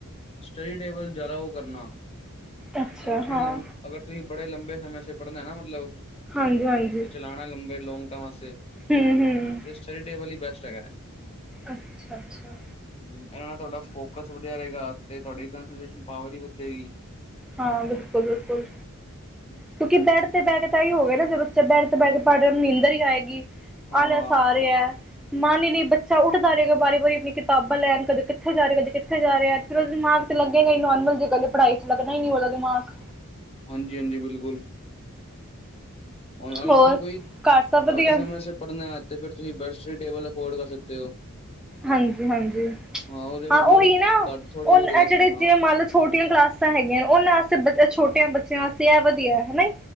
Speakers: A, on the left; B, in the centre.
A: ਸਟੱਡੀ ਟੇਬਲ ਜ਼ਿਆਦਾ ਉਹ ਕਰਨਾ
B: ਅੱਛਾ
A: ਅਗਰ ਤੁਸੀਂ
B: ਹਾਂ
A: ਲੰ ਬੇ ਅਗਰ ਤੁਸੀਂ ਬੜੇ ਲੰਬੇ ਸਮੇਂ ਸ ਪੜ੍ਹਨਾ ਨਾ ਮਤਲਬ
B: ਹਾਂਜੀ ਹਾਂਜੀ
A: ਜੇ ਚਲਾਣਾ ਲੰਬੇ ਲੌਗ ਟਰਮੇ
B: ਹੂੰ ਹੂੰ
A: ਚੈਟੇਬਲ ਹੀ ਬੈਸਟ ਹੈਗਾ
B: ਅੱਛਾ ਅੱਛਾ
A: ਹੂੰ ਇਹ ਤੁਹਾਡਾ ਫੋਕਸ ਵਧੀਆ ਰਹੇਗਾ ਤੇ ਤੁਹਾਡੀ <unintelligible> ਪਾਵਰ ਵੀ ਵਧੇ ਗੀ
B: ਹਾਂ ਬਿਲਕੁਲ ਬਿਲਕੁਲ ਕਿਉਂਕਿ ਬੈਡ ਤੇ <unintelligible> ਤਾਂ ਹੀ ਹੋਵੇ ਏ ਨਾ ਜੇ ਬੱਚਾ ਬੈਡ ਤੇ ਬੈ ਕੇ ਪੜ੍ਹ ਰਿਹਾ ਨੀਦਰ ਈ ਆਏਗੀ
A: ਹਾਂ
B: ਆਲੇ
A: ਹਾਂ
B: ਸਾਰੇ ਐ ਮਨ ਹੀ ਨਹੀਂੀ ਬੱਚਾ ਉੱਠਦਾ ਰਿਹਾ ਵਾਰੀ ਵਾਰੀ ਆਪਣੀ ਕਿਤਾਬਾਂ ਲੈਣ ਕਦੇ ਕਿੱਥੇ ਜਾ ਰਿਹਾ ਕਦੇ ਕਿੱਥੇ ਜਾ ਰਿਹਾ ਫ ਉਹਦਾ ਦਿਮਾਗ ਚ ਲੱਗੇਗਾ ਹੀ ਨੋਰਮਲ ਜੇ ਕਦੇ ਪੜਾਈ ਚ ਲਗ ਹੀ ਨੀ ਉਹਦਾ ਦਿਮਾਗ
A: ਹਾਂਜੀ ਹਾਂਜੀ ਬਿਲਕੁਲ ਹ ਅਗਰ
B: ਹੋਰ
A: ਤੁਸੀਂ ਕੋਈ
B: ਘਰ ਸਭ ਵਧੀਆ
A: ਘੱਟ ਸਮੇਂ ਸ ਪੜ੍ਹਨਾ ਤੇ ਫਿਰ ਤੁਸੀਂ ਬੈਡ ਟੇਬਲ ਅਫੋਰਡ ਕਰ ਸਕਦੇ ਹੋ
B: ਹਾਂਜੀ ਹਾਂਜੀ
A: ਉਹਦੇ
B: ਹਾਂ
A: ਮਤਲਬ
B: ਉਹੀ ਨਾ
A: ਘੱਟ ਥੋੜੇ
B: ਉਹ
A: ਬਹੁਤੇ
B: ਇਹ
A: ਰਸਤੇ
B: ਜੜੇ
A: ਹਾਂ
B: ਚ ਮ ਛੋਟੀਆਂ ਕਲਾਸਾਂ ਹੈਗੀਆਂ ਨੇ ਉਹਨਾਂ ਵਾਸਤੇ ਬ ਛੋਟਿਆਂ ਬੱਚਿਆਂ ਵਾਸਤੇ ਇਹ ਵਧੀਆ ਹਨਾ